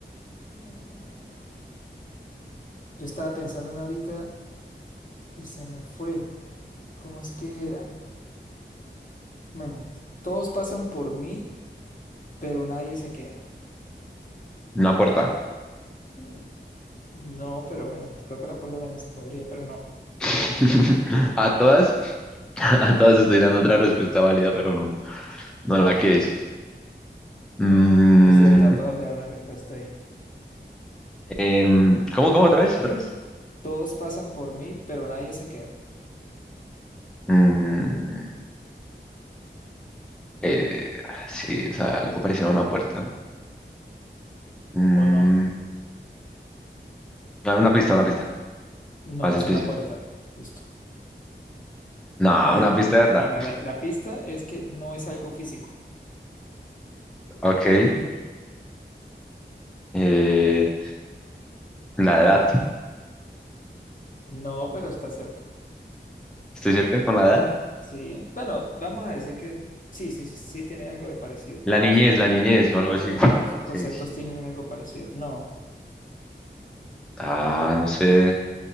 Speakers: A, on the left; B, in the centre.
A: eh, yo estaba pensando en una ahorita y se me fue. ¿Cómo es que era? Bueno, todos pasan por mí, pero nadie se queda.
B: Una puerta.
A: Mm. No, pero bueno, creo que la puerta también se podría, pero no.
B: <laughs> A todas, <laughs> a todas estoy dando otra respuesta válida, pero no, no la que es. Mm,
A: Sí, es cierto, a todas le da una respuesta ahí.
B: Em, ¿cómo, cómo otra vez? ¿Otra vez?
A: Todos pasan por mí, pero nadie se queda.
B: Mm, eh, sí, o sea, algo parecido a una puerta. Mm,
A: ¿O no?
B: ah, una pista, una pista,
A: No
B: más
A: es
B: específico.
A: una puerta. Listo.
B: No,
A: A ver,
B: una pista
A: eh,
B: de verdad.
A: venga, la, la pista es que no es algo físico.
B: Ok. eh, la edad.
A: No, pero está cerca.
B: ¿Estoy cerca con la edad?
A: Sí, bueno, vamos a decir que sí, sí, sí sí tiene algo de parecido.
B: La niñez,
A: Eso
B: la niñez o algo
A: Eso-
B: así. la
A: esos
B: adolescencia.
A: conceptos tienen algo parecido. No,
B: Ah, no sé.